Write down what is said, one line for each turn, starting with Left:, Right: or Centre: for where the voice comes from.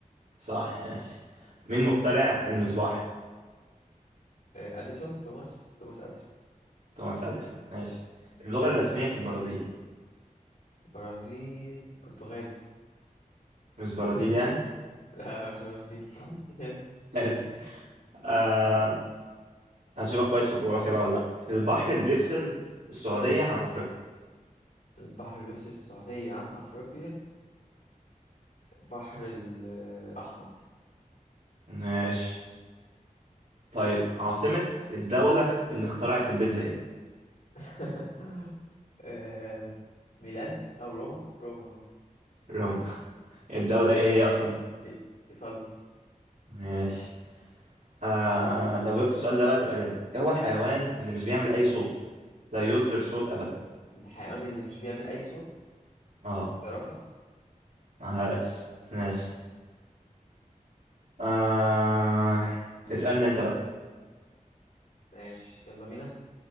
Right: صح ماشي مين
Left: ماشي
Right: مخترع المصباح؟
Left: آه، أديسون توماس توماس أديسون
Right: توماس أديسون ماشي اللغة الرسمية في البرازيل
Left: برازيل برتغالي
Right: مش برازيل يعني؟
Left: <laughs> لا مش برازيل <laughs>
Right: ماشي آه هشوفك كويس في الجغرافيا بقى ولا لأ البحر اللي بيفصل السعودية عن أفريقيا
Left: البحر اللي بيفصل السعودية عن أفريقيا البحر الأحمر
Right: ماشي طيب عاصمة الدولة اللي اخترعت البيتزا ايه؟
Left: <laughs> آه، ميلان أو روما روما روما
Right: روما <laughs> الدولة ايه هي اصلا؟
Left: إي- إيطاليا
Right: ماشي آه لو جبت السؤال ده بقى تبقى جامد ايه هو الحيوان اللي مش بيعمل اي صوت لا يصدر صوت ابدا
Left: الحيوان اللي مش بيعمل أي صوت
Right: اه
Left: زرافة
Right: ماشي ماشي آه اسألني انت بقى
Left: ماشي يلا بينا